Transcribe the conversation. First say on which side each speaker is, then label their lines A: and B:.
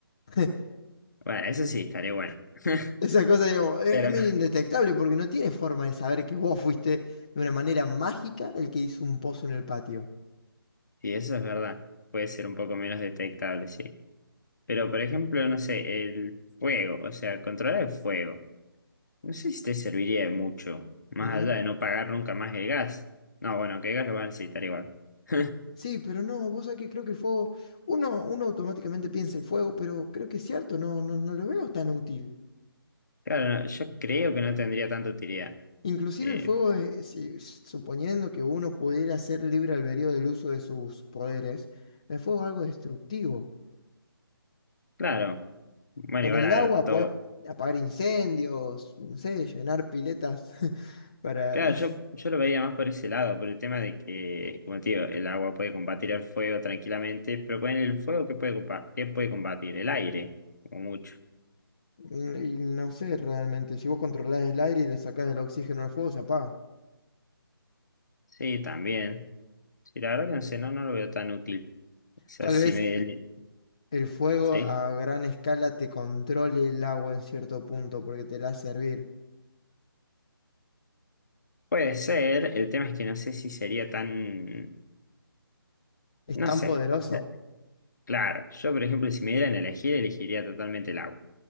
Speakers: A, on the left; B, on the left.
A: <laughs>
B: Bueno, eso sí, estaría bueno. <laughs>
A: Esa cosa, digamos, es,
B: Pero
A: es medio indetectable porque no tiene forma de saber que vos fuiste de una manera mágica el que hizo un pozo en el patio.
B: sí, eso es verdad. Puede ser un poco menos detectable, sí. Pero, por ejemplo, no sé, el fuego, o sea, controlar el fuego. No sé si te serviría de mucho, más
A: Mm,
B: allá de no pagar nunca más el gas. No, bueno, que el gas lo van a necesitar igual. <laughs>
A: Sí, pero no, vos sabés que creo que el fuego, uno, uno automáticamente piensa el fuego, pero creo que es cierto, no, no, no lo veo tan útil.
B: Claro, no, yo creo que no tendría tanta utilidad.
A: Inclusive
B: Eh,
A: el fuego, es- si- suponiendo que uno pudiera ser libre albedrío del uso de sus poderes, el fuego es algo destructivo.
B: claro. Bueno,
A: Con
B: igual
A: el
B: a
A: agua
B: ver, todo,
A: puedes apagar incendios, no sé, llenar piletas <laughs> para...
B: Claro, yo, yo lo veía más por ese lado, por el tema de que, como te digo, el agua puede combatir el fuego tranquilamente, pero con el fuego, ¿qué puede, compa- qué puede combatir? El aire, como mucho.
A: Mm, Y no sé realmente, si vos controlás el aire y le sacás el oxígeno al fuego, se apaga.
B: Sí, también. Sí, la verdad que no sé, no, no lo veo tan útil. O sea,
A: Tal
B: si
A: vez
B: me...
A: eh, el fuego
B: Sí.
A: a gran escala te controle el agua en cierto punto porque te la hace hervir.
B: Puede ser, el tema es que no sé si sería tan...
A: Es
B: No
A: tan
B: sé.
A: poderoso.
B: O sea, claro, yo por ejemplo, si me dieran a elegir, elegiría totalmente el agua.